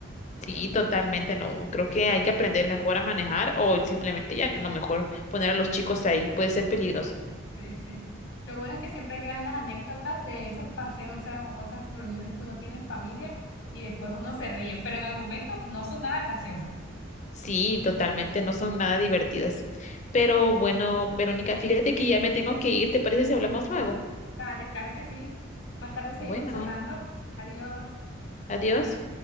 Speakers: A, on the left; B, on the left.
A: Sí, totalmente, no. Creo que hay que aprender mejor a manejar o simplemente ya no mejor poner a los chicos ahí. Puede ser peligroso.
B: Sí, sí. Lo bueno es que siempre quedan las anécdotas de esos paseos, esas, o esas reuniones que uno tiene en familia y después uno se ríe, pero en el momento no son nada graciosos.
A: Sí, totalmente, no son nada divertidas. Pero bueno, Verónica, fíjate que ya me tengo que ir. ¿Te parece si hablamos luego?
B: Vale, claro que sí. Más tarde seguimos
A: Bueno,
B: charlando. Adiós.
A: adiós.